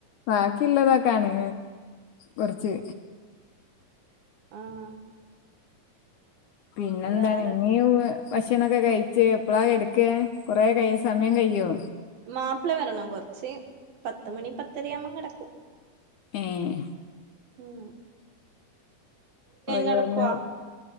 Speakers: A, on the left (about 65°); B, on the right (about 70°).
A: ബാക്കിള്ളതൊക്കാണ് കൊറച്ച്.
B: ആഹ്
A: പിന്നെന്താ
B: വേറെ
A: ഇങ്ങെയ. ഭക്ഷണൊക്കെ കഴിച്ച് എപ്പളാ കടക്ക കൊറെേ കൈ സമയം കയോ?
B: മാപ്പിള വരണം കൊറച്ച് പത്ത് മണി പത്തരയാവുമ്പം കിടക്കും.
A: ഏഹ്
B: ആഹ്
A: ഓര്
B: കെടക്കോ
A: വന്നു